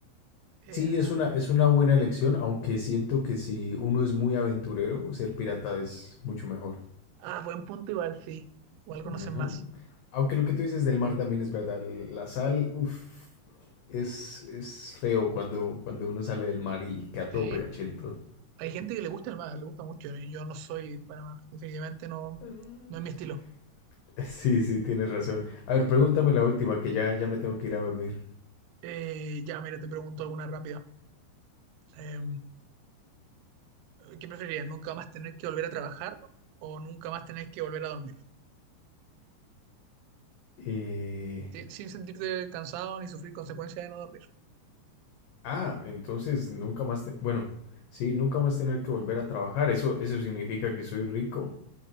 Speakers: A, on the right; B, on the left.
A: Eh,
B: sí,
A: ah,
B: es una, es una buena elección, aunque siento que si uno es muy aventurero, ser pirata es mucho mejor.
A: ah, buen punto igual, sí. Igual conocen
B: Ujú.
A: más.
B: Aunque lo que tú dices del mar también es verdad. La sal, uff, es, es feo cuando, cuando uno sale del mar y queda
A: Sí,
B: todo pegachento.
A: sí. hay gente que le gusta el mar, le gusta mucho. Yo no soy para mar, definitivamente no,
B: Mm.
A: no es
B: <laughs>
A: mi estilo.
B: Sí, sí, tienes razón. A ver, pregúntame la última, que ya, ya me tengo que ir a dormir.
A: Eh, ya, mira, te pregunto alguna rápida. Eh, ¿qué preferirías? ¿Nunca más tener que volver a trabajar o nunca más tener que volver a dormir?
B: Eh,
A: Sin sin sentirte cansado ni sufrir consecuencias de no dormir.
B: Ah, entonces nunca más... te- Bueno, sí, nunca más tener que volver a trabajar. Eso, eso significa que soy rico.